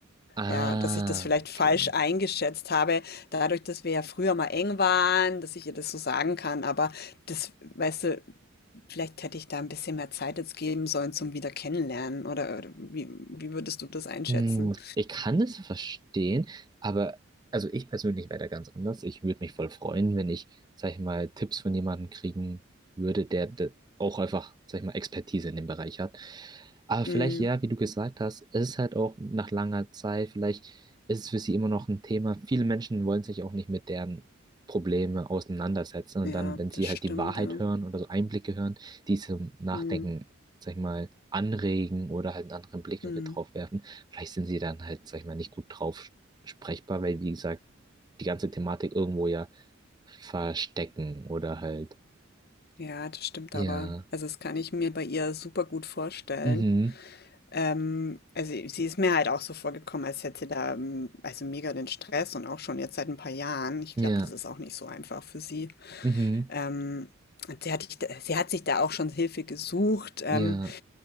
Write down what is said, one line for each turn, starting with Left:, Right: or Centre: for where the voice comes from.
Right: Ah,
Left: Ja, dass ich das vielleicht falsch
Right: okay.
Left: eingeschätzt habe, dadurch, dass wir ja früher mal eng waren, dass ich ihr das so sagen kann, aber das, weißt du, Vielleicht hätte ich da ein bisschen mehr Zeit jetzt geben sollen zum wieder Kennenlernen oder oder wie wie würdest du das einschätzen?
Right: Hm, Ich kann das verstehen, aber also ich persönlich wäre da ganz anders. Ich würde mich voll freuen, wenn ich, sag ich mal, Tipps von jemandem kriegen würde, der, der auch einfach, sag ich mal, Expertise in dem Bereich hat. Aber vielleicht,
Left: Mhm,
Right: ja, wie du gesagt hast, es ist halt auch nach langer Zeit, vielleicht ist es für sie immer noch ein Thema. Viele Menschen wollen sich auch nicht mit deren Probleme auseinandersetzen und
Left: ja,
Right: dann, wenn sie
Left: das stimmt,
Right: halt die Wahrheit
Left: ja.
Right: hören oder so Einblicke hören, die zum Nachdenken,
Left: Mhm,
Right: sag ich mal, anregen oder halt einen anderen Blickwinkel
Left: mhm.
Right: drauf werfen Vielleicht sind sie dann halt, sag ich mal, nicht gut drauf sprechbar, weil, wie gesagt, die ganze Thematik irgendwo ja verstecken oder halt,
Left: Ja, das stimmt
Right: ja,
Left: aber. Also, das kann ich mir bei ihr super gut vorstellen.
Right: mhm,
Left: Ähm, also, sie ist mir halt auch so vorgekommen, als hätte sie da, ähm, also, mega den Stress und auch schon jetzt seit ein paar Jahren. Ich
Right: ja,
Left: glaube, das ist auch nicht so einfach für sie.
Right: mhm,
Left: Ähm, und sie hat sich da sie hat sich da auch schon Hilfe gesucht, ähm,
Right: ja,